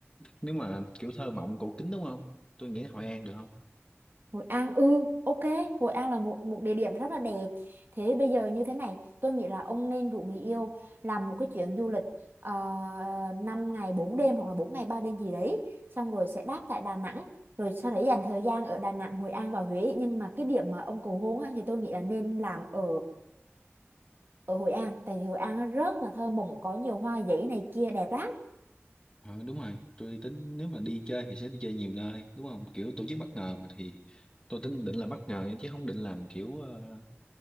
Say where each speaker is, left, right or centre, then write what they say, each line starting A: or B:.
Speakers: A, on the left; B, on the right.
A: nếu mà kiểu thơ mộng cổ kính đúng không? Tôi nghĩ Hội An được không?
B: Hội An ừ ok Hội An là một một địa điểm rất là đẹp thế bây giờ như thế này tôi nghĩ là ông nên rủ người yêu làm một cái chuyến du lịch uh, 5 ngày 4 đêm hoặc là 4 ngày 3 đêm gì đấy xong rồi sẽ đáp tại Đà Nẵng rồi sau đấy dành thời gian ở Đà Nẵng Hội An và Huế nhưng mà cái điểm mà ông cầu hôn á, thì tôi nghĩ là nên làm ở ở Hội An tại vì Hội An rất là thơ mộng có nhiều hoa giấy này kia đẹp lắm
A: Ờ, đúng rồi, tôi tính nếu mà đi chơi thì sẽ đi chơi nhiều nơi, đúng không? Kiểu tổ chức bất ngờ mà thì tôi tính định là bất ngờ nha, chứ không định làm kiểu ờ,